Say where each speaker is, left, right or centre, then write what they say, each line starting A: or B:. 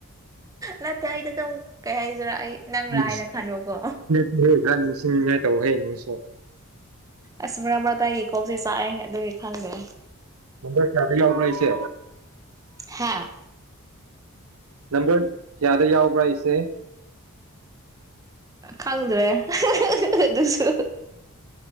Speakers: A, on the right; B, on the right.
A: ꯅꯠꯇꯦ ꯑꯩꯗꯨ ꯑꯗꯨꯝ ꯀꯩ ꯍꯥꯏꯁꯤꯔꯥ ꯑꯩ ꯅꯪꯔꯥ
B: ꯎꯝ
A: ꯍꯥꯏꯅ ꯈꯟꯕꯀꯣ
B: <inaudible>
A: ꯑꯁ ꯃꯔꯛ ꯃꯔꯛꯇꯥ ꯑꯩꯒꯤ ꯀꯣꯛꯁꯦ ꯆꯥꯛꯑꯦ ꯑꯗꯨꯒꯤ ꯈꯪꯗ꯭ꯔꯦ
B: ꯅꯝꯕꯔ ꯀꯌꯥꯗ ꯌꯥꯎꯕ꯭ꯔꯥ ꯑꯩꯁꯦ
A: ꯍꯥꯥ
B: ꯅꯝꯕꯔ ꯀꯥꯌꯥꯗ ꯌꯥꯎꯕ꯭ꯔꯥ ꯑꯩꯁꯦ
A: ꯈꯪꯗ꯭ꯔꯦ ꯑꯗꯨꯁꯨ